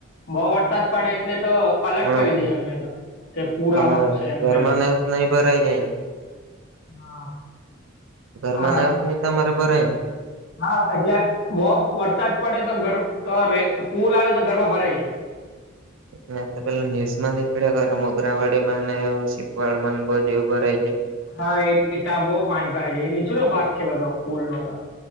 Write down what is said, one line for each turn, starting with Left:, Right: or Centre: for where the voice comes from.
Left: બો વરસાદ પડે એટલે તો અલટ
Right: હા
Left: કરી દેય અમને તો કે પૂર
Right: તમારા
Left: આવાનું છે એમ
Right: ઘરમાં
Left: કરીને.
Right: ને એવું તો નહી ભરાઈ જાય ને
Left: હા,
Right: ઘરમાં
Left: હા
Right: ના <unintelligible> તમારે ભરાયને?
Left: હા, એટલે બો વરસાદ પડે તો ઘર તો રે પૂર આવે તો ઘરમાં ભરાઈ જાય.
Right: મે તો પેલા ન્યુઝમાં દેખાડયા કરે મોગરાવાડીમાને શીપવાડમાંન બધે એવુ ભરાઈ જાય.
Left: હા, એ એ તાં બો પાણી ભરાઈ જાય, એ નીચલો ભાગ છે બધો પુલનો તો.